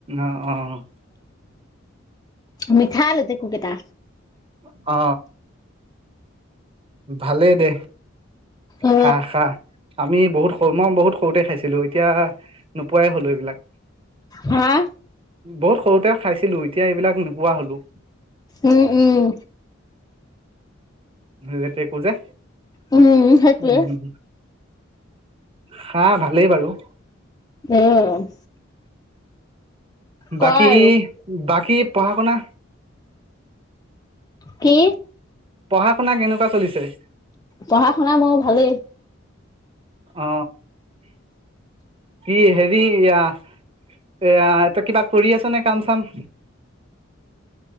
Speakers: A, on the right; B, on the left.
A: অহ অ।
B: মিঠা লেটেকু, কেইটা।
A: অ ভালেই দে
B: অ
A: খা, খা। আমি বহুত সৰু মই বহুত সৰুতে খাইছিলো এতিয়া নোপোৱাই হলো এইবিলাক।
B: হা?
A: বহুত সৰুতে খাইছিলো এতিয়া এইবিলাক নোপোৱা হলো।
B: ওম উম।
A: লেটেকু, যে
B: উম সেইটোৱে
A: উম হা ভালেই বাৰু।
B: আহ ক
A: বাকী-
B: আৰু
A: বাকী পঢ়া শুনা
B: কি?
A: পঢ়া শুনা কেনেকুৱা চলিছে?
B: পঢ়া শুনা মোৰ ভালেই।
A: অ কি হেৰি এ এ কিবা কৰি আছ নে কাম চাম?